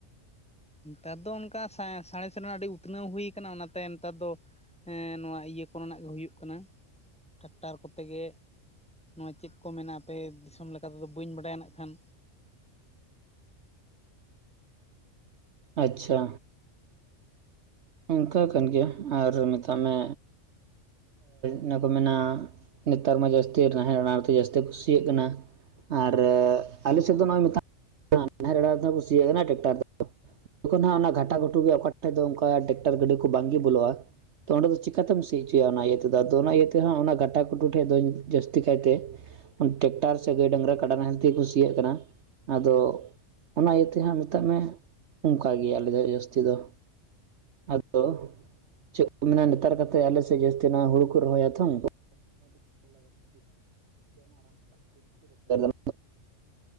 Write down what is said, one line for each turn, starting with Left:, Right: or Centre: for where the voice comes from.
Centre: ᱱᱮᱛᱟᱨ ᱫᱚ ᱚᱱᱠᱟ ᱥᱟᱝ ᱥᱟᱬᱮᱥ ᱨᱮᱱᱟᱜ ᱟᱹᱰᱤ ᱩᱛᱱᱟᱹᱣ ᱦᱩᱭ ᱠᱟᱱᱟ ᱚᱱᱟᱛᱮ ᱱᱮᱛᱟᱨ ᱫᱚ ᱦᱮᱸ ᱱᱚᱣᱟ ᱤᱭᱟᱹ ᱠᱚᱨᱮᱱᱟᱜ ᱜᱮ ᱦᱩᱭᱩᱜ ᱠᱟᱱᱟ᱾ ᱴᱮᱴᱟᱨ ᱠᱚᱛᱮ ᱜᱮ ᱱᱚᱣᱟᱜ ᱪᱮᱫ ᱠᱚ ᱢᱮᱱᱟ ᱟᱯᱮ ᱫᱤᱥᱚᱢ ᱞᱮᱠᱟ ᱛᱮᱫᱚ ᱵᱟᱹᱧ ᱵᱟᱰᱟᱭᱟ ᱱᱟᱜ ᱠᱷᱟᱱ᱾
Right: ᱟᱪᱷᱟ ᱚᱱᱠᱟ ᱠᱟᱱ ᱜᱮᱭᱟ ᱟᱨ ᱢᱮᱛᱟᱜ ᱢᱮ ᱚᱱᱟ ᱠᱚ ᱢᱮᱱᱟ ᱱᱮᱛᱟᱨ ᱢᱟ ᱡᱟᱹᱥᱛᱤ ᱱᱟᱦᱮᱞᱲ ᱟᱲᱟᱲ ᱛᱮ ᱡᱟᱹᱥᱛᱤ ᱠᱩ ᱥᱤᱭᱟᱜ ᱠᱟᱱᱟ᱾ ᱟᱨ ᱟᱞᱮᱥᱮᱫ ᱫᱚ ᱱᱚᱜᱚᱭ ᱢᱮᱛᱟ ᱟᱨ <unintelligible> ᱠᱩᱥᱤᱭᱟᱜ ᱠᱟᱱᱟ ᱴᱮᱠᱴᱟᱨ ᱫᱚ ᱡᱚᱠᱷᱚᱱ ᱦᱟᱜ ᱚᱱᱟ ᱜᱷᱟᱴᱟ ᱜᱷᱩᱴᱩ ᱜᱮ ᱚᱠᱟ ᱴᱷᱮᱱ ᱫᱚ ᱚᱱᱠᱟ ᱴᱮᱨᱟᱠᱴᱟᱨ ᱜᱟᱹᱰᱤ ᱠᱚ ᱵᱟᱝᱜᱮ ᱵᱚᱞᱚᱜᱼᱟ ᱛᱚ ᱚᱸᱰᱮ ᱫᱚ ᱪᱤᱠᱟᱛᱮᱢ ᱥᱤ ᱦᱚᱪᱚᱭᱟ ᱚᱱᱟ ᱤᱭᱟᱹ ᱛᱮᱫᱚ ᱟᱫᱚ ᱚᱱᱟ ᱤᱭᱟᱹᱛᱮ ᱚᱱᱟ ᱜᱟᱴᱟ ᱠᱩᱴᱩ ᱴᱷᱮᱡ ᱫᱚ ᱡᱟᱹᱥᱛᱤ ᱠᱟᱭᱛᱮ ᱴᱮᱠᱴᱟᱨ ᱥᱮ ᱜᱟᱹᱭ ᱰᱟᱝᱨᱟ ᱠᱟᱰᱟ ᱱᱟᱦᱮᱞ ᱛᱮ ᱜᱮ ᱠᱚ ᱠᱩᱥᱤᱭᱟᱜ ᱠᱟᱱᱟ᱾ ᱟᱫᱚ ᱚᱱᱟ ᱤᱭᱟᱹᱛᱮ ᱦᱟᱸᱜ ᱢᱮᱛᱟᱜ ᱢᱮ ᱚᱱᱠᱟ ᱜᱮ ᱟᱞᱮ ᱫᱚ ᱡᱟᱹᱥᱛᱤ ᱫᱚ ᱟᱫᱚ ᱪᱮᱫ ᱠᱚ ᱢᱮᱱᱟ ᱱᱮᱛᱟᱨᱛᱮᱫ ᱟᱞᱮ ᱥᱮᱫ ᱡᱟᱹᱥᱛᱤ ᱦᱩᱲᱩ ᱠᱚ ᱨᱚᱦᱚᱭᱟ ᱛᱚ᱾ <unintelligible>